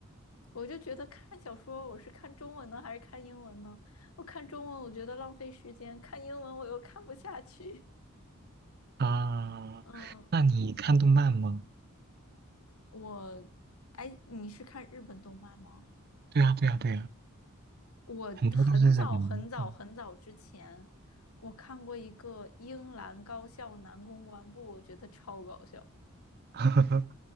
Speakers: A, on the left; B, on the right.
A: 我就觉得看小说，我是看中文呢，还是看英文呢？我看中文，我觉得浪费时间；看英文，我又看不下去。
B: 啊、
A: <laughs> 嗯，
B: 那你看动漫吗？
A: 我，哎，你是看日本动漫吗？
B: 对呀，对呀，对呀，
A: 我很早很早很早之前，
B: 很多都是日本的。嗯，
A: 我看过一个英兰高校男公关部，我觉得超搞笑。
B: <laughs>